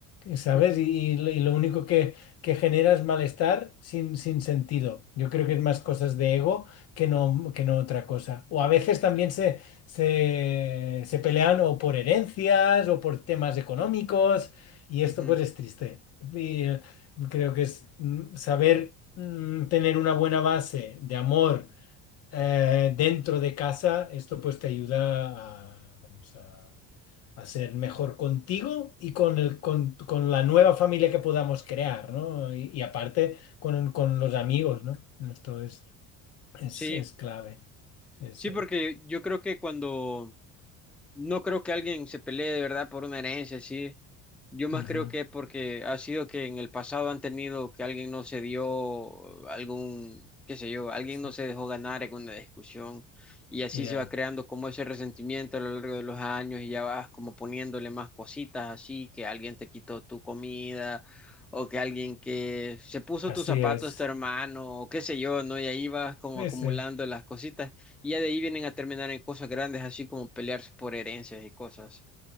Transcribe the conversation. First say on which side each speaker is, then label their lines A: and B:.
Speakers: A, on the left (about 50°); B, in the centre.
A: ¿sabes?
B: <laughs> Ujú,
A: Y, y lo y lo único que, que genera es malestar sin, sin sentido. Yo creo que es más cosas de ego que no, que no otra cosa. O a veces también se, se, se pelean o por herencias o por temas económicos y
B: ujú,
A: esto pues es triste. Y eh, creo que es mm, saber mm, tener una buena base de amor eh, dentro de casa, esto pues te ayuda a... vamos, a a ser mejor contigo y con, el, con, con la nueva familia que podamos crear, ¿no? Y, y aparte con, con los amigos, ¿no? Esto es, es,
B: Sí,
A: es clave. Ese.
B: sí, porque yo creo que cuando No creo que alguien se pelee de verdad por una herencia, sí. Yo más
A: Ujú.
B: creo que es porque ha sido que en el pasado han tenido que alguien no se dio algún, qué sé yo, alguien
A: Sí,
B: no se dejó ganar en una discusión y así
A: Ya,
B: se va creando como ese resentimiento a lo largo de los años y ya vas como poniéndole más cositas así, que alguien te quitó tu comida o que alguien que se puso
A: Así
B: tus zapatos,
A: es.
B: tu hermano o qué sé yo, ¿no? Y ahí vas como
A: Sí,
B: acumulando
A: sí,
B: las cositas. Y ya de ahí vienen a terminar en cosas grandes, así como pelearse por herencias y cosas.